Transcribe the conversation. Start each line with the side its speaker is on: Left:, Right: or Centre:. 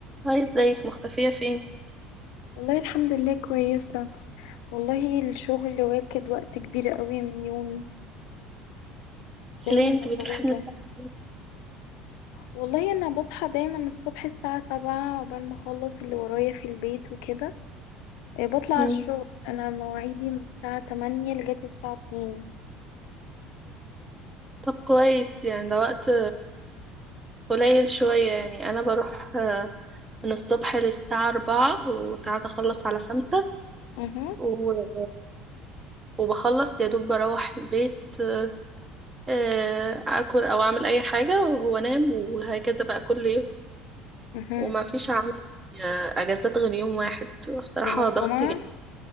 Right: هاي ازيك مختفية فين؟
Left: والله الحمد لله كويسة والله الشغل واخد وقت كبير قوي من يومي دايما
Right: ليه
Left: مشغولة
Right: انت بتروحي من الساعة كام؟
Left: والله أنا بصحى دايما الصبح الساعة سبعة عقبال ما أخلص اللي ورايا في البيت وكده آه، بطلع على
Right: مم.
Left: الشغل أنا مواعيدي من الساعة تمانية لغاية الساعة اتنين
Right: طب كويس يعني ده وقت قليل شوية يعني أنا بروح آه، من الصبح للساعة أربعة وساعات أخلص على خمسة
Left: اها
Right: و... وبخلص يا دوب بروح البيت آه، آه، أكل أو أعمل أي حاجة وهو نام وهكذا بقى كل يوم
Left: اها
Right: وما فيش عندي آه، أجازات غير يوم واحد بصراحة
Left: يوم الجمعة
Right: ضغط جامد